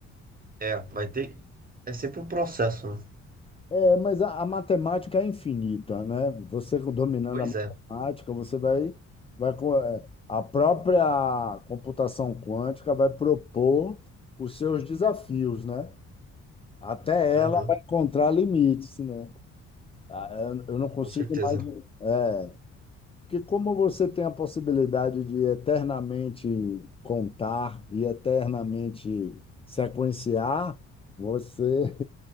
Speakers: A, on the right; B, on the left.
A: é, vai ter. É sempre um processo, né?
B: É, mas a, a matemática é infinita, né? Você dominando
A: Pois
B: a matemática,
A: é.
B: você vai, vai co- é, a própria computação quântica vai propor os seus desafios, né? Até
A: Aham,
B: ela vai encontrar limites, né? Ah, Eu eu não consigo
A: com certeza,
B: mais. É, porque como você tem a possibilidade de eternamente contar e eternamente sequenciar, você,